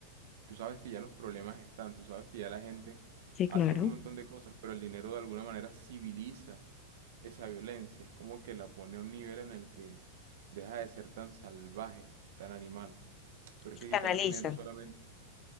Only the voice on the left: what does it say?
Sí,
claro.
Se
canaliza.